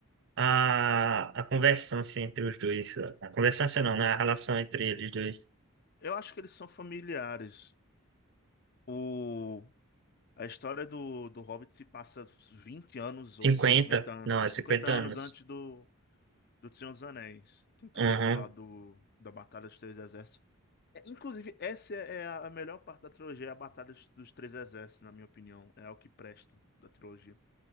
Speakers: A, on the right (about 60°); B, on the left (about 45°).
A: a, a conversância entre os dois, a conversância não, né, a relação entre eles dois,
B: Eu acho que eles são familiares. O, a história do, do Hobbit se passa 20 anos ou
A: 50
B: 50 anos,
A: não, é
B: 50
A: cinquenta
B: anos
A: anos,
B: antes do, do Senhor dos Anéis. Tem toda
A: Uhum.
B: a história lá do, da Batalha dos Três Exércitos. É, inclusive, essa é a a melhor parte da trilogia, é a Batalha dos, dos Três Exércitos, na minha opinião. É o que presta da trilogia.